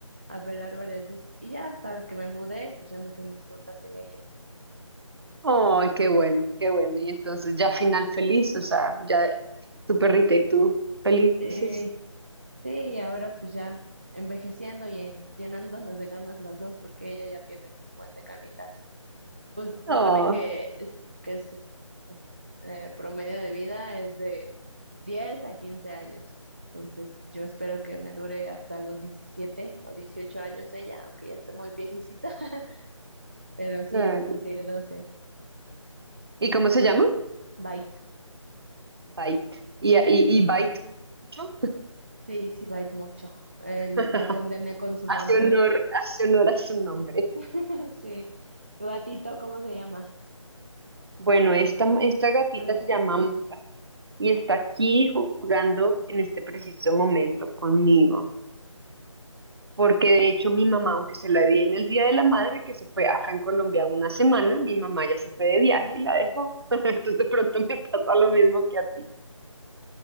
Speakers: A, on the right; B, on the right.
A: a pelear varias veces. Y ya hasta que me mudé, pues ya nos fuimos juntas ella y yo.
B: Ay, qué bueno, qué bueno. Y entonces ya final feliz, o sea, ya tu perrita y tú felices.
A: Sí. Sí, y ahora pues ya envejeciendo y llenándonos de ganas los dos, porque ella ya tiene un buen de canitas. Pues se
B: Oh,
A: supone que, es, que su eh, promedio de vida es de 10 a 15 años. Entonces yo espero que me dure hasta los 17 o 18 años ella, aunque ya esté muy viejecita, <laughs> pero sí,
B: claro.
A: ya va a cumplir doce
B: ¿Y cómo se llama?
A: Bite.
B: Bite. ¿Y, y,
A: Ujú.
B: y Bite mucho?
A: Sí, sí, bite mucho. El-
B: <laughs>
A: la condené con su
B: Hace
A: nombre.
B: honor, hace honor a su nombre.
A: <laughs> Sí. ¿Tu gatito cómo se llama?
B: Bueno, esta, esta gatita
A: Una gatita.
B: se llama Maya. y está aquí jugando en este preciso momento conmigo. Porque de hecho mi mamá, aunque se la vi en el Día de la Madre, que se fue acá en Colombia una semana, mi mamá ya se fue de viaje y la dejó. <laughs> Entonces de pronto me pasa lo mismo que a ti.